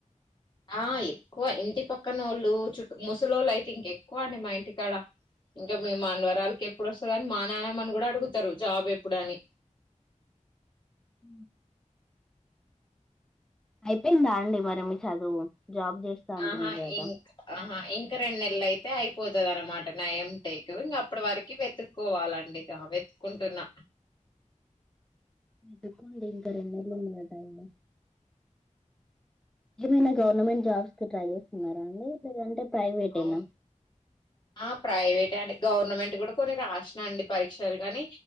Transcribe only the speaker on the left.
ఆ ఎక్కువ ఇంటి పక్కనోళ్ళు చుట్ ముసలోళ్ళు అయితే ఇంక ఎక్కువ అండి మా ఇంటికాడ ఇంకా మేమ్ మన్వరాలకి ఎప్పుడోస్తది అని మా నాన్నమ్మని కుడా అడుగుతరు జాబ్ ఎప్పుడని
ఆహా
ఇంక్ ఆహా ఇంకా రెండ్నెలయితే అయి పోతదనమాట నా ఏమ్ టేక్కు ఇగ అప్పటి వరకి వెతుక్కోవాలండి జాబ్ వెతుక్కుంటున్నా
అవు ఆ ప్రైవేటే అండి గవర్నమెంట్ కుడా కొన్ని రాసిన అండి పరీక్షలు కానీ